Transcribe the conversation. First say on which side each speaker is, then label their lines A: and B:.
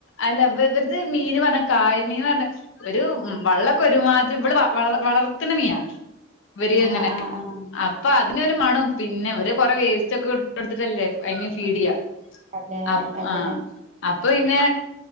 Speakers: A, on the left; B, on the right.
A: അല്ല ഇവര്ത് മീന് പറഞ്ഞാ കായൽ മീൻ പർഞ്ഞ ഒരു വള്ളൊക്കെ ഒരുമാതിരി ഇവിള് വള വളർത്ത്ണ മീനാ. ഇവര്
B: ആഹ്
A: ഇങ്ങനെ
B: ആഹ് ആഹ്
A: അ പ്പൊ അതിനൊരു മണും. പിന്നെ അവര് കൊറെ വേസ്റ്റൊക്കെ ഇട്ടൊട്ത്തിട്ടല്ലേ അതിനെ ഫീഡിയ്യാ
B: അതെ
A: അപ്
B: അതെ
A: ആഹ് അപ്പൊ പിന്നെ